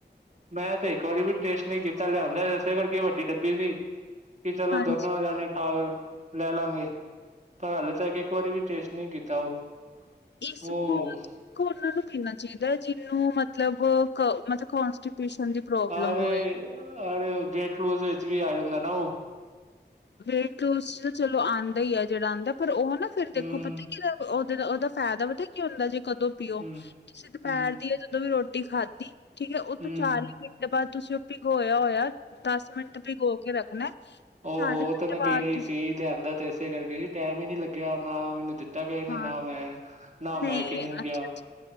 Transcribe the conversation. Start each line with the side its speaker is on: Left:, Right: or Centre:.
Right: ਮੈਂ ਤੇ ਇੱਕ ਵਾਰੀ ਵੀ ਟੇਸਟ ਨਈ ਕੀਤਾ, ਲਿਆਂਦਾ ਇਸੇ ਕਰਕੇ ਵੱਡੀ ਡੱਬੀ ਸੀ ਕਿ ਚਲੋ
Left: ਹਾਂਜੀ
Right: ਦੋਨੋ ਜਾਣੇ ਖਾ ਕੇ ਲੈ ਲਾਂਗੇ, ਪਰ ਹੱਲ ਇੱਕ ਵਾਰੀ ਵੀ ਟੇਸਟ ਨਈ ਕੀਤਾ ਉਹ
Left: ਇਸਬ
Right: ਉਹ
Left: ਪੂਲ ਚ ਉਹਨਾਂ ਨੂੰ ਪੀਨਾ ਚਾਹੀਦਾ ਹੈ ਜਿਹਨੂੰ ਮਤਲਬ- ਮਤਲਬ ਕੋਂਸਟੀਟਿਊਸ਼ਨ ਦੀ ਪ੍ਰੋਬਲਮ
Right: ਅਰੇ-
Left: ਹੋਏ
Right: ਅਰੇ, ਵੇਟ ਲੂਜ ਵਿੱਚ ਵੀ ਆ ਜਾਂਦਾ ਨਾ ਉਹ
Left: ਵੇਟ ਲੂਸ ਚਲੋ ਆਉਂਦਾ ਹੀ ਹੈ ਜਿਹੜਾ ਆਉਂਦਾ ਹੈ ਪਰ ਉਹ ਨਾ ਫੇਰ ਦੇਖੋ
Right: ਹੂੰ,
Left: ਪਤਾ ਕਿ ਉਹਦੇ ਦਾ ਉਹਦਾ ਫਾਇਦਾ ਪਤਾ ਕੀ ਹੁੰਦਾ, ਜੇ ਕਦੋਂ ਪੀਓ
Right: ਹੂੰ,
Left: ਤੁਸੀਂ ਦੁਪਹਿਰ
Right: ਹੂੰ,
Left: ਦੀ ਆ ਜਦੋਂ ਵੀ ਰੋਟੀ ਖਾਧੀ ਠੀਕ ਹੈ ਉਹ
Right: ਹੂੰ,
Left: ਤੋਂ ਚਾਰ ਹੀ ਮਿੰਟੇ ਬਾਅਦ ਤੁਸੀਂ ਉਹ ਭਿਗੋਇਆ ਹੋਇਆ, ਦਸ ਮਿੰਟ ਭਿਗੋ ਕੇ ਰੱਖਣਾ
Right: ਉਹਹ
Left: ਚਾਲੀ ਮਿੰਟ
Right: ਤੇ ਮੈਂ
Left: ਬਾਅਦ
Right: ਪੀਨਾ ਹੀ
Left: ਤੁਸੀਂ
Right: ਸੀ ਲਿਆਂਦਾ ਤੇ ਇਸੇ ਕਰਕੇ ਸੀ, ਟਾਈਮ ਹੀ ਨਈ ਲੱਗਿਆ ਨਾ ਮੈਨੂੰ ਦਿੱਤਾ ਕਿਸੇ ਨੇ,
Left: ਹਾਂ
Right: ਨਾ ਮੈਂ ਨਾ
Left: ਨਹੀਂ
Right: ਮੈਂ ਕਿਸੇ ਨੂੰ ਕਿਹਾ
Left: ਅੱਛਾ-ਅੱਛਾ,